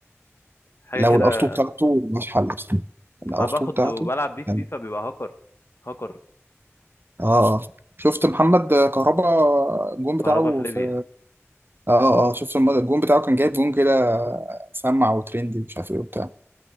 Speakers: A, on the left; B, on the right.
A: حاجه
B: الار
A: كده
B: 2 بتاعته مش حل بصراحة. الار
A: انا باخد
B: 2 بتاعته
A: وبلعب بيه في
B: كان-
A: فيفا بيبقى هاكر هاكر
B: اه اه شفت محمد كهربا الجون بتاعه
A: كهربا في ليبيا
B: في اه اه آه. شفت الم- الجون بتاعه كان جايب جون كده سمع وترندي مش عارف ايه وبتاع